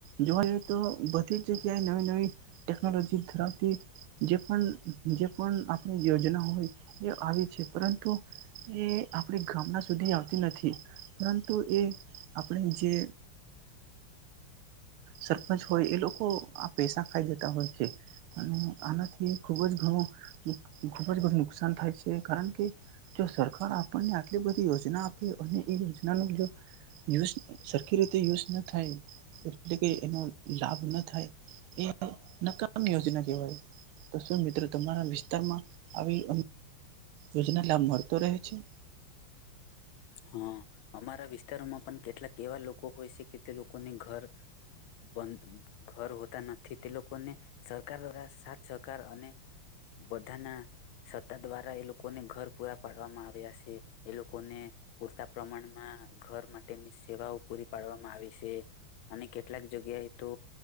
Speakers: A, on the right; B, on the left.
A: જોવા જઈએ તો બધી જ જગ્યાએ નવી નવી ટેકનોલોજી ધરાવતી જે પણ જે પણ આપણી યોજના હોય એ આવી છે પરંતુ એ આપણે ગામડા સુધી આવતી નથી પરંતુ એ આપણે જે સરપંચ હોય એ લોકો આ પેસા ખાઈ જતા હોય છે અને આનાથી ખૂબ જ ઘણું ખૂબ બઘું નુકસાન થાય છે કારણ કે, જો સરકાર આપણને આટલી બધી યોજના આપે અને એ યોજનાનું જો યુઝ સરખી રીતે યુઝ ના થાય એટલે કે એનો લાભ ના થાય એ નકામ યોજના કહેવાય તો શું મિત્રો તમારા વિસ્તારમાં આવી યોજના લાભ મળતો રહે છે <inaudible>
B: હા અમારા વિસ્તારોમાં પણ કેટલાક એવા લોકો હોય છે કે તે લોકોને ઘર બધ ઘર હોતા નથી તે લોકોને સરકાર દ્વારા સાથ સહકાર અને બધાના સત્તા દ્વારા એ લોકો લોકોને ઘર પૂરા પાડવામાં આવ્યા છે એ લોકોને પૂરતા પ્રમાણમાં ઘર માટેની સેવાઓ પૂરી પાડવામાં આવી છે અને કેટલાક જગ્યાએ તો